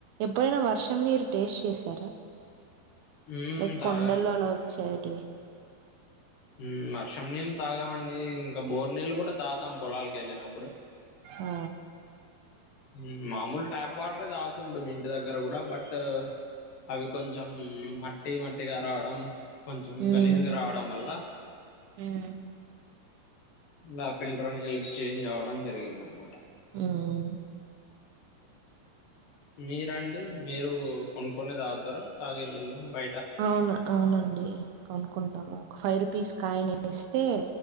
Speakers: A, on the right; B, on the left.
A: ఎప్పుడైనా వర్షం మీరు టేస్ట్ చేశారా?
B: ఉమ్
A: లైక్
B: తాగామండి
A: కొండల్లో అలా వచ్చేటివి
B: ఉమ్ వర్షం నీళ్ళు తాగావండి, ఇంకా బోరు నీళ్ళు గుడ తాగుతాం పొలాకెళ్ళినప్పుడు
A: ఆ
B: ఉమ్ మామూలు ట్యాప్ వాటరె తాగుతుంటిమి ఇంటి దగ్గర గుడ బట్ అవి కొంచం మట్టి మట్టిగా రావడం. కొంచంగ
A: ఉమ్
B: లీజ్గా రావడం వల్ల
A: ఉమ్
B: ఇంగ ఫిల్టర్ని నీల్ కి చేంజ్ అవ్వడం జరిగిందనమాట
A: ఉమ్
B: మీరండి మీరు కొనుకొనే తాగుతరా, తాగేనీళ్ళు బయట
A: అవును అవునండి కొనుకుంటాము, ఒక ఫైవ్ రూపీస్ కాయనేస్తే